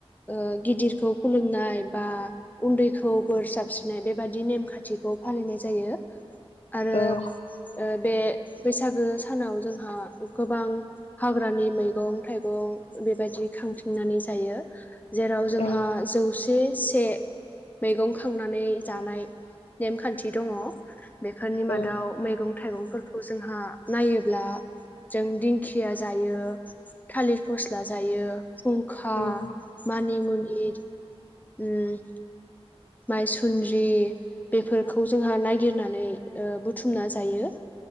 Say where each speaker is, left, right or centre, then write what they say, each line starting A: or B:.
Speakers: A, on the left; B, on the left.
A: ओ गिदिरखौ खुलुमनाय बा उन्दैखौ बोर साबस्रिनाय बेबादि नेम खान्थिखौ फालिनाय जायो आरो
B: औ
A: ओ बे बैसागु सानाव जोंहा गोबां हाग्रानि मैगं थाइगं बेबायदि खांथिंनानै जायो जेरै जोंहा
B: औ
A: जौसे से मैगं खांनानै जानाय नेमखान्थि दङ' बेफोरनि
B: औ
A: मादाव मैगं थाइगंफोरखौ जोंहा नायोब्ला जों दिंखिया जायो थालिर फस्ला जायो फुंखा
B: उम
A: मानि मनि <unintelligible> ओम माइसुन्द्रि बेफोरखौ जोंहा नागिरनानै ओ बुथुमना जायो